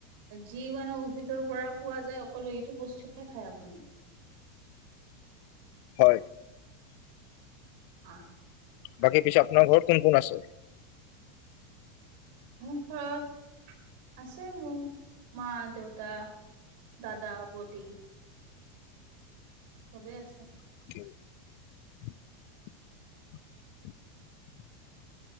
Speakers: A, on the right; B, on the left.
A: যি মানে উদ্ভিদৰ পৰা পোৱা যায় অকল এইটো বস্তুয়ে খায় আপুনি,
B: হয়।
A: অ
B: বাকী পিছে আপোনাৰ ঘৰত কোন কোন আছে?
A: মোৰ ঘৰত আছে মোৰ, মা, দেউতা, দাদা, বদী। চবেই আছে।
B: <inaudible> <inaudible>